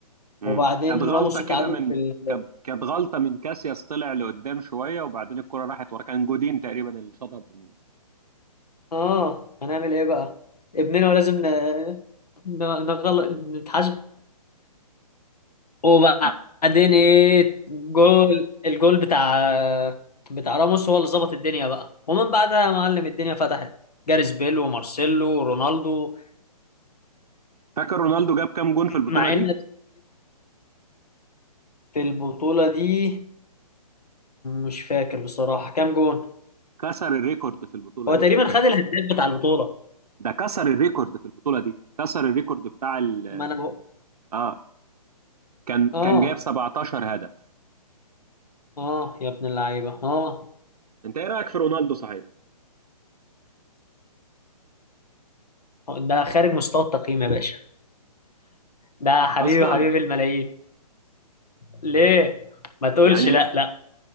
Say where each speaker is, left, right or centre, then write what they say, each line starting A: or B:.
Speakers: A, on the right; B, on the left.
A: امم
B: وبعدين
A: كانت غلطه
B: راموس
A: كده
B: اتعادل
A: من
B: في ال...
A: كانت كانت غلطه من كاسياس طلع لقدام شويه وبعدين الكره راحت ورا كان جودين تقريبا اللي شاطها باليمين.
B: اه هنعمل ايه بقى؟ ابننا ولازم ن... ن... نغل... نتحاسب وبعدين
A: آه،
B: ايه جول الجول بتاع بتاع راموس هو اللي ظبط الدنيا بقى ومن بعدها يا معلم الدنيا فتحت جاريث بيل ومارسيلو ورونالدو
A: فاكر رونالدو جاب كام جون في البطوله
B: مع
A: دي
B: ان في البطولة دي مش فاكر بصراحة كام جون
A: كسر الريكورد في البطوله
B: هو
A: دي
B: تقريبا خد الهداف بتاع البطولة
A: ده كسر الريكورد في البطوله دي كسر الريكورد بتاع ال
B: ما انا بقول
A: اه كان كان
B: اه
A: جاب 17 هدف
B: اه يا ابن اللعيبة اه
A: انت ايه رايك في رونالدو صحيح
B: ده خارج مستوى التقييم يا باشا ده حبيبي
A: اصلا
B: حبيبي الملايين ليه ما تقولش
A: يعني
B: لا
A: لا
B: لا